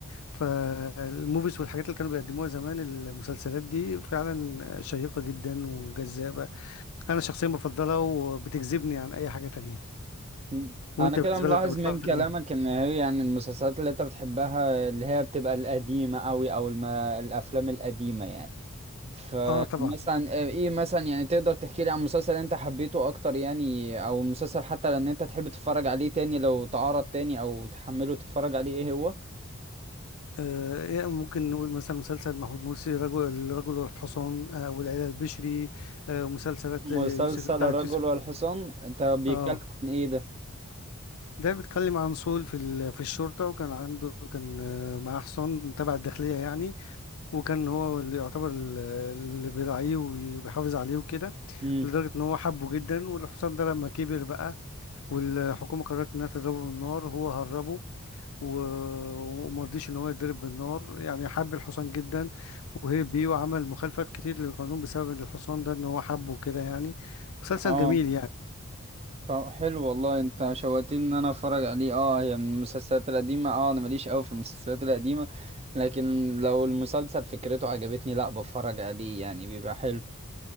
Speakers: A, on the left; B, on the right.
A: فالموفيز والحاجات اللي كانوا بيقدموها زمان المسلسلات دي فعلا شيقة جدا وجذابة انا شخصيا بفضلها وبتجذبني عن اي حاجة تانية
B: م-
A: وانت
B: انا كده
A: بالنسبة
B: ملاحظ
A: لك بتفضل
B: من كلامك
A: ايه
B: ان هي يعني المسلسلات اللي انت بتحبها اللي هي بتبقى القديمة قوي او الم... الافلام القديمة يعني فمثلا
A: اه طبعا
B: ايه ايه مثلا يعني تقدر تحكي لي عن مسلسل انت حبيته اكتر يعني او مسلسل حتى لان انت تحب تتفرج عليه تاني لو تعرض تاني او تحمله تتفرج عليه ايه هو؟
A: آه إيه، ممكن نقول مثلا مسلسل محمود مرسي رجل الرجل والحصان آه والعيلة البشري آه مسلسلات
B: مسلسل
A: آه، يوسف بتاعت
B: الرجل
A: يوسف
B: والحصان انت بيتكلم
A: اه
B: عن ايه ده؟
A: ده بيتكلم عن صول في ال- في الشرطة وكان عنده كان آه، معاه حصان تبع الداخلية يعني وكان هو اللي يعتبر ال- اللي بيراعيه وبي- وبيحافظ عليه وكده
B: امم
A: لدرجة ان هو حبه جدا والحصان ده لما كبر بقى والحكومة قررت انها تضربه بالنار هو هربه و- ومرضيش ان هو يتضرب بالنار يعني حب الحصان جدا وهرب بيه وعمل مخالفات كتير للقانون بسبب إن الحصان ده ان هو حبه كده يعني مسلسل
B: اه
A: جميل يعني
B: طب حلو والله انت شوقتني ان انا اتفرج عليه اه هي من المسلسلات القديمه اه انا ماليش قوي في المسلسلات القديمه لكن لو المسلسل فكرته عجبتني لا بتفرج عليه يعني بيبقى حلو